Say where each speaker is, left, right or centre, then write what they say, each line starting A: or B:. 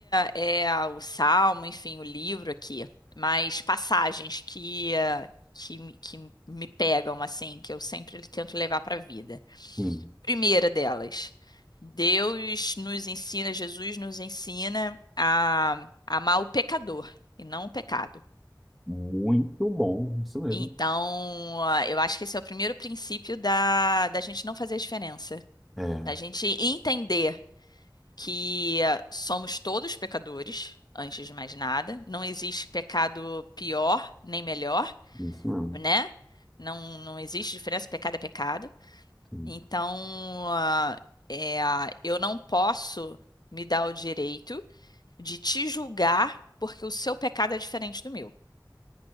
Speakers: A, on the left; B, in the centre.
A: é, o Salmo, enfim, o livro aqui, mas passagens que, eh, que, me- que me pegam assim, que eu sempre tento levar para a vida.
B: hum,
A: Primeira delas, Deus nos ensina, Jesus nos ensina a amar o pecador e não o pecado.
B: muito bom, isso mesmo.
A: Então, ah, eu acho que esse é o primeiro princípio da, da gente não fazer a diferença,
B: É,
A: da gente entender que ah, somos todos pecadores, antes de mais nada. Não existe pecado pior nem melhor,
B: isso mesmo.
A: né? Não, não existe diferença, pecado é pecado.
B: Hum.
A: Então, ah, é, ah, eu não posso me dar o direito de te julgar porque o seu pecado é diferente do meu.